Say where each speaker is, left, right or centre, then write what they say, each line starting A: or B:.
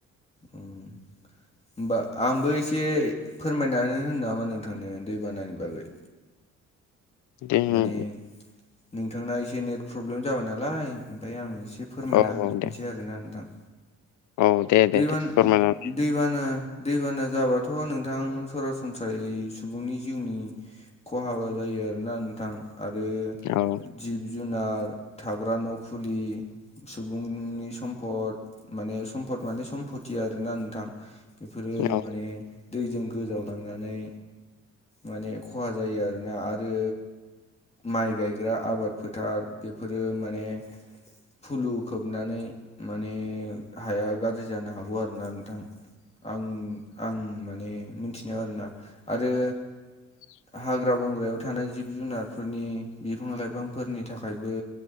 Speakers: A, on the left (about 20°); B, on the left (about 75°).
A: होमबा आंबो एसे फोरमायनानै होनो नामा नोंथांनो दैबानानि बागै।
B: दे हो।
A: माने नोंथांना एसे नेट प्रब्लेम जाबाय नालाय ओमफ्राय आं एसे एसे फोरमायना
B: औ
A: होफिनसै
B: औ दे
A: आरोना नोंथां।
B: औ दे
A: दैबान
B: दे दे फोरमायनानै
A: दैबाना दैबाना। जाबाथ' नोंथां सरासनस्रायै सुबुंनि जिउनि खहाबा जायो आरोना नोंथां आरो
B: औ
A: जिब जुनार थाग्रा न' खुलि सुबुंनि सम्फद माने सम फद माने सम्फथि आरोना नोंथां बेफोरो
B: औ
A: माने दैजों गोजावलांनानै माने खहा जायो आरोना आरो माइ गायग्रा आबाद फोथार बेफोरो माने फुलु खोबनानै माने हाया गाज्रि जानो हागौ आरोना नोंथां। आं आं माने मिथिनायाव आरोना आरो
B: <inaudible>
A: हाग्रा बंग्रायाव थानाय जिब जुनारफोरनि बिफां लाइफांफोरनि थाखायबो